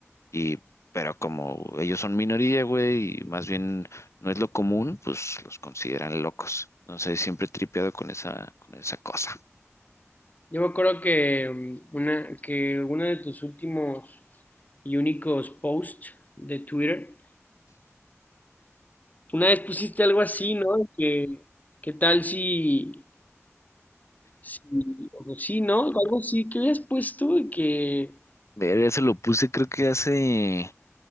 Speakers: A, on the left (about 70°); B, on the left (about 35°).
A: Y, pero como ellos son minoría, güey, y más bien no es lo común, pues los consideran locos. No sé, siempre he tripeado con esa, con esa cosa.
B: yo me acuerdo que mm, una, que uno de tus últimos y únicos posts de Twitter, Una vez pusiste algo así, ¿no? Que, ¿qué tal si, si, o pues sí, ¿no? Algo así que habías puesto y que,
A: Ver, eso lo puse, creo que hace.